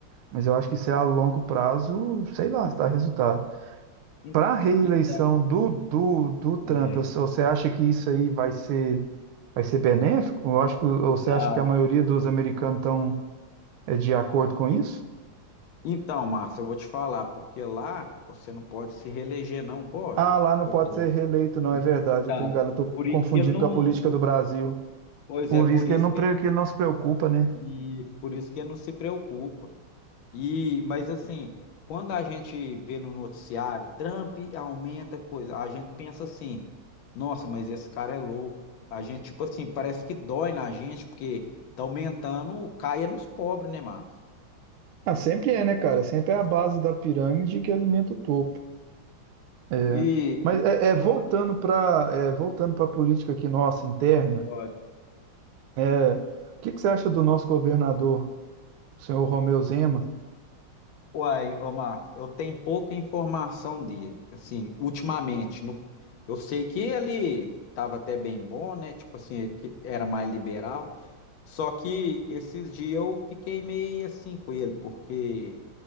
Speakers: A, on the right; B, on the left.
A: mas eu acho que isso é a longo prazo, sei lá, se dá resultado.
B: en-
A: Para a reeleição
B: Então,
A: do, do, do Trump,
B: é,
A: você você acha que isso aí vai ser, vai ser benéfico? Eu acho que, ou
B: não.
A: você acha que a maioria dos americanos estão, é, de acordo com isso?
B: Então, Márcia, eu vou te falar, porque lá você não pode se reeleger, não pode?
A: Ah, lá não
B: Ou-
A: pode
B: É,
A: ser reeleito, não, é verdade,
B: Então,
A: eu estou enganado, estou
B: por
A: confundindo
B: isso que ele não.
A: com a política do Brasil.
B: Pois
A: Por
B: é, por
A: isso que
B: isso
A: ele não,
B: que
A: pre-
B: ele não,
A: que ele não se preocupa, né?
B: e por isso que ele não se preocupa. E, mas assim, quando a gente vê no noticiário, Trump aumenta coisa, a gente pensa assim, nossa, mas esse cara é louco. A gente, tipo assim, parece que dói na gente, porque tá aumentando, caia nos pobres, né, Márcio?
A: Ah, sempre é, né, cara? Sempre é a base da pirâmide que alimenta o topo. É.
B: E,
A: Mas é, é,
B: e
A: voltando para voltando para a política aqui nossa interna,
B: uma,
A: é, o que que você acha do nosso governador? senhor Romeu Zema.
B: Uai, Omar, eu tenho pouca informação dele. Assim, ultimamente, no- eu sei que ele estava até bem bom, né? Tipo assim, que era mais liberal. Só que esses dias eu fiquei meio assim com ele, porque